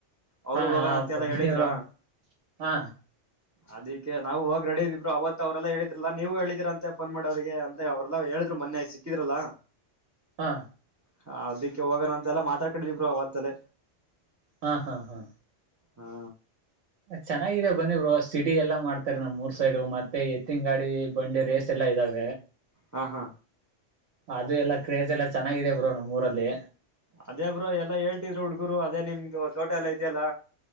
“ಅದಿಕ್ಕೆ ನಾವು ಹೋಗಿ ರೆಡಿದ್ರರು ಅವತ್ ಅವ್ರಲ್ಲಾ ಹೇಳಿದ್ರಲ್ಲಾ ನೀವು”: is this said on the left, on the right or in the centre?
Right